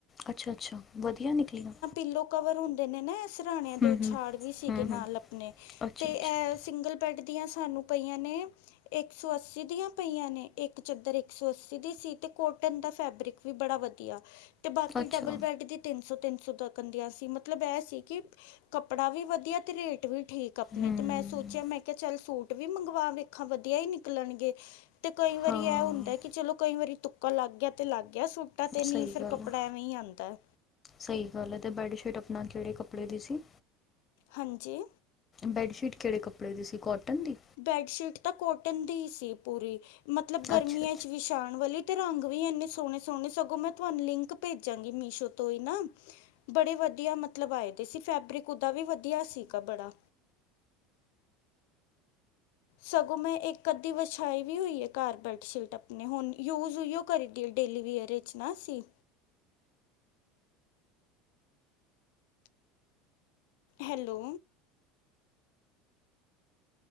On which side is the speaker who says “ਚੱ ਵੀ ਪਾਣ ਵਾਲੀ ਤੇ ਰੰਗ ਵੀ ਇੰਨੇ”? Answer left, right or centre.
Left